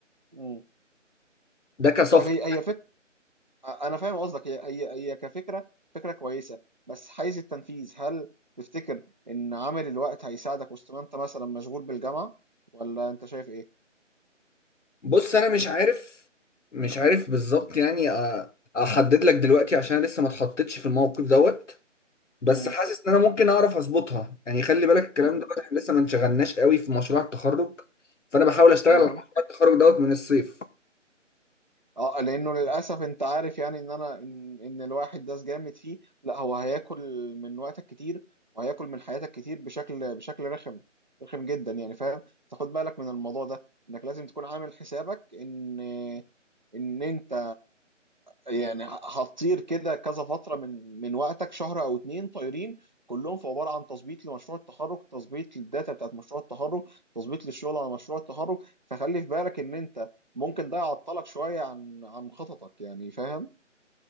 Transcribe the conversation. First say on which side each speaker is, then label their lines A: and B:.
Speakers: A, on the right; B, on the left.
A: مم.
B: ده كسفر
A: طيب هي هي فك انا فاهم قصدك هي هي هي كفكره فكره كويسه بس حيز التنفيذ هل تفتكر ان عامل الوقت هيساعدك وسط ما انت مثلا مشغول بالجامعه ولا انت شايف ايه
B: بص انا مش عارف مش عارف بالظبط يعني أ- احدد لك دلوقتي عشان أنا لسه ما اتحطيتش في الموقف دوت بس
A: مم.
B: حاسس ان انا ممكن اعرف اظبطها يعني خلي بالك الكلام
A: مم.
B: دوت احنا لسه ما انشغلناش قوي في مشروع التخرج فانا بحاول اشتغل
A: تمام
B: على مشروع التخرج دوت من الصيف
A: اه لانه للاسف انت عارف يعني ان انا ان, إن الواحد ده جامد فيه لا هو هياكل من وقتك كتير وهياكل من حياتك كتير بشكل بشكل رخم رخم جدا يعني فاهم فخد بالك من الموضوع ده انك لازم تكون عامل حسابك ان ان انت يعني هتطير كده كذا فتره من من وقتك شهر او اتنين طايرين كلهم في عباره عن تظبيط لمشروع التخرج تظبيط للداتا بتاعت مشروع التخرج تظبيط للشغل على مشروع التخرج فخلي في بالك ان انت ممكن ده يعطلك شوية عن عن خططك يعني فاهم؟